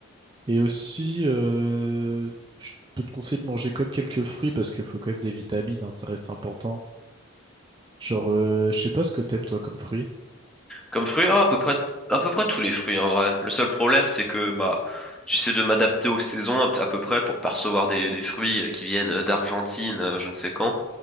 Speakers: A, on the right; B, in the centre.
A: Et aussi, euh, je peux te conseiller de manger quand même quelques fruits parce qu'il faut quand même des vitamines, hein, ça reste important. Genre, euh, je sais pas ce que t'aimes toi comme fruit.
B: Comme fruit, oh, à peu près, à peu près tous les fruits en vrai. Le seul problème, c'est que bah, j'essaie de m'adapter aux saisons à, à peu près pour pas recevoir des, des fruits euh, qui viennent euh, d'Argentine, euh, je ne sais quand.